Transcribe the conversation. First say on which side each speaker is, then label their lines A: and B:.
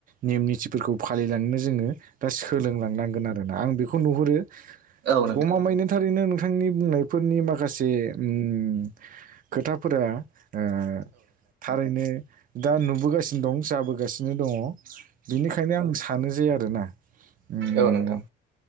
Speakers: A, on the right; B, on the right.
A: नेम निथिफोरखौ फालिलांनो जोङो दा सोलोंलांनांगोन आरोना आं बेखौ नुहुत गमा
B: औ
A: मायैनो थारैनो नों थांनि बुंनायफोरनि माखासे ओम खोथाफोरा ओ थारैनो दा नुबोगासिनो दं जाबोगासिनो दंङ बिनिखायनो आं सानो जे आरोना उम
B: औ नोंथां